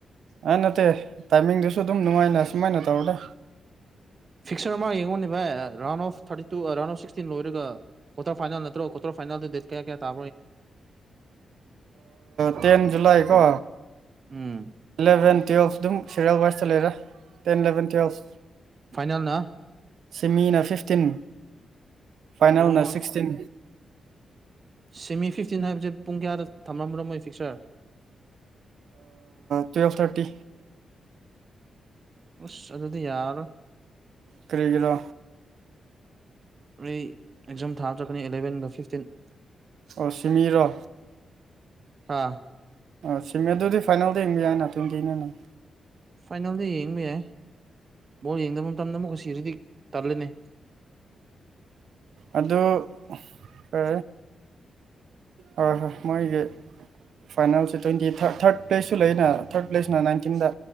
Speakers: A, on the right; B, on the right.
A: ꯑꯥ ꯅꯠꯇꯦ ꯇꯥꯏꯃꯤꯡꯗꯨꯁꯨ ꯑꯗꯨꯝ ꯅꯨꯡꯉꯥꯏꯅ ꯁꯨꯃꯥꯏꯅ ꯇꯧꯔꯗ
B: ꯐꯤꯛꯁꯔ ꯑꯃ ꯌꯦꯡꯉꯣꯅꯦ ꯚ round of thirty two round of sixteen ꯂꯣꯏꯔꯒ ꯀꯣ ꯐꯥꯏꯜ ꯅꯠꯇ꯭ꯔ ꯀꯣ ꯐꯥꯏꯜ ꯀꯌꯥ ꯀꯌꯥ ꯇꯥ
A: ꯇꯦꯟꯦꯟ ꯖꯨꯂ ꯀꯣ
B: ꯎꯝ
A: ꯏꯂꯚꯦꯟ ꯇꯨꯌꯦꯜꯞ ꯑꯗꯨꯝ ꯁꯦꯔꯤꯌꯦꯜ ꯋꯥꯏꯁꯇ ꯂꯩꯔꯥ ꯇꯦꯟ ꯏꯂꯚꯦꯟ ꯇꯨꯌꯦꯜꯞ
B: ꯐꯥꯏꯅꯜꯅ
A: ꯁꯤꯃꯤꯅ ꯐꯤꯐꯇꯤꯟ ꯐꯥꯏꯅꯦꯜꯅ
B: ꯑꯣ
A: ꯁꯤꯛꯁꯇꯤꯟ
B: ꯁꯤꯦꯃꯤ ꯐꯤꯐꯇꯤꯟ ꯍꯥꯏꯕꯁꯦ ꯄꯨꯡ ꯀꯌꯥꯗ ꯊꯝꯂꯝꯝꯕ꯭ꯔꯣ ꯃꯣꯏ ꯐꯤꯛꯁ ꯑꯣꯏꯔꯦ
A: ꯇ꯭ꯨꯋꯦꯜ ꯊꯥꯔꯇꯤ
B: ꯑꯁ ꯑꯗꯨꯗꯤ ꯌꯥꯔꯣꯏ
A: ꯇꯔꯤ ꯀꯂꯣ
B: ꯑꯩ ꯑꯦꯛꯖꯥꯝ ꯊꯥꯗ꯭ꯔꯛꯀꯅꯤ ꯑꯦꯂꯕꯦꯟꯒ ꯐꯤꯐꯇꯤꯟ
A: ꯑꯣ ꯁꯤꯃꯤꯔ
B: ꯑꯥ
A: ꯑ ꯁꯤꯃꯦꯦꯟ ꯑꯗꯨꯗꯤ ꯐꯥꯏꯅꯦꯜꯗ ꯌꯦꯡꯕ ꯌꯥꯏꯅ ꯇ꯭ꯋꯦꯟꯇꯤ ꯅꯪ
B: ꯐꯥꯏꯅꯦꯜꯗ ꯌꯦꯡꯕ ꯌꯥꯏ ꯕꯣꯜ ꯌꯦꯡꯗꯕ ꯃꯇꯝꯗ ꯑꯃꯨꯛ ꯁꯤꯔꯗꯤ ꯇꯜꯂꯅꯤ
A: ꯑꯗꯨ ꯀ ꯍꯣꯏ ꯍꯣꯏ ꯃꯣꯏꯒꯤ ꯐꯥꯏꯅꯦꯜꯁꯦ ꯇ꯭ꯋꯦꯟꯇꯤ ꯊꯥꯔꯠ ꯄ꯭ꯂꯦꯁꯁꯨ ꯂꯩꯅ ꯊꯥꯔꯠ ꯄ꯭ꯂꯦꯁꯅ ꯅꯥꯏꯟꯇꯤꯟꯗ